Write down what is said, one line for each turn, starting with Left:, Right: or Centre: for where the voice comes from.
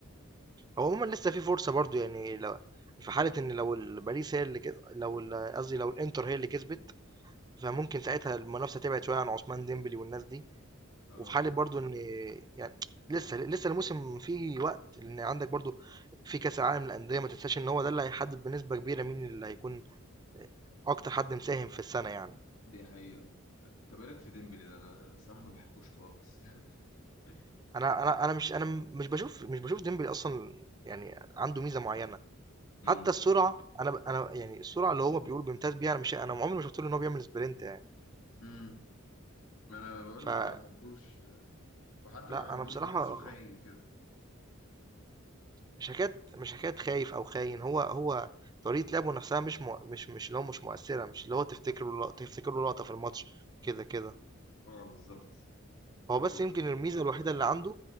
Right: هو عموما لسه في فرصه برضه يعني لو في حاله ان لو ال- باريس هي اللي كده لو ال- قصدي لو الانتر هي اللي كسبت فممكن ساعتها المنافسه تبعد شويه عن عثمان ديمبلي والناس دي
Left: اه
Right: وفي حاله برضه ان يعني لسه لسه الموسم فيه وقت لان عندك برضه في كاس العالم للانديه ما تنساش ان هو ده اللي هيحدد بنسبه كبيره مين اللي هيكون اكتر حد مساهم في السنه يعني
Left: دي حقيقة طب ايه رايك في ديمبلي ده انا انا الصراحة ما بحبوش خالص <laughs>
Right: انا انا انا مش انا مش بشوف مش بشوف ديمبلي اصلا يعني عنده ميزه معينه
Left: امم
Right: حتى السرعه انا ب- انا يعني السرعه اللي هو بيقول بيمتاز بيها انا مش انا عمري ما شفت له ان هو بيعمل سبرنت يعني
Left: امم ما انا بقول
Right: فلا
Left: لك ما بحبوش وحتى ما
Right: انا
Left: بحبوش
Right: بصراحه
Left: بحسه خاين كده
Right: مش حكايه مش حكايه خايف او خاين هو هو طريقه لعبه نفسها مش مو مش مش اللي هو مش مؤثره مش اللي هو تفتكر له لق- تفتكر له لقطه في الماتش كده كده
Left: اه بالظبط
Right: هو
Left: فاهم
Right: بس
Left: قصدي
Right: يمكن الميزه الوحيده اللي عنده